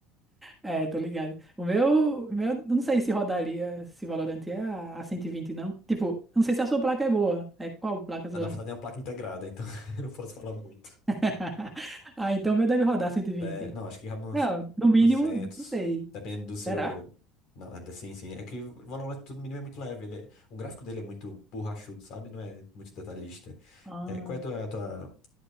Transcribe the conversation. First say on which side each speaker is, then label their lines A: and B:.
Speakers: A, in the centre; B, on the left.
A: é, tô ligado. O meu, o meu, não sei se rodaria, se Valorant é a, a 120 não. Tipo, não sei se a sua placa é boa. É qual placa sua?
B: Na verdade, é uma placa integrada, então <laughs> eu não posso falar muito.
A: <laughs> Ah, então o meu deve rodar cento e vinte.
B: É, não, acho que cabe uns
A: Não, no mínimo,
B: 200
A: não sei.
B: dependendo do seu.
A: Será?
B: Não, é- sim, sim. É que o Valorant tudo mínimo é muito leve. Ele é- O gráfico dele é muito borrachudo, sabe? Não é muito detalhista.
A: Ah,
B: É, qual é a tua, a tua.